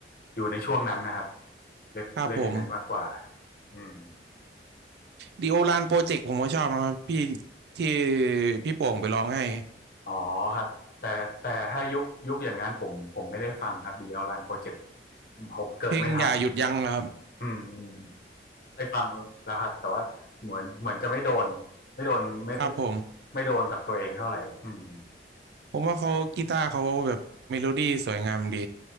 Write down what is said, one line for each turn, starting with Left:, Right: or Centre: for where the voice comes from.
Left: อยู่ในช่วงนั้นนะครับเรียกเรียกอย่างนั้นมากกว่า
Right: ครับผม
Left: อืม
Right: ดีโอลานโปรเจกต์ผมก็ชอบนะครับพี่ที่พี่โป่งไปร้องให้
Left: อ๋อครับแต่แต่ถ้ายุคยุคอย่างนั้นผมผมไม่ได้ฟังครับดีเอลรันโปรเจกต์ Project ผมเกิดไม่ทัน
Right: เพลงอย่าหยุดยั้งนะครับ
Left: อืมอืมเคยฟังแล้วครับแต่ว่าเหมือนเหมือนจะไม่โดนไม่โดนไม่
Right: ครับผม
Left: ไม่โดนกับตัวเองเท่าไหร่อืม
Right: ผมว่าเขากีตาร์เขาแบบเมโลดี้สวยงามดี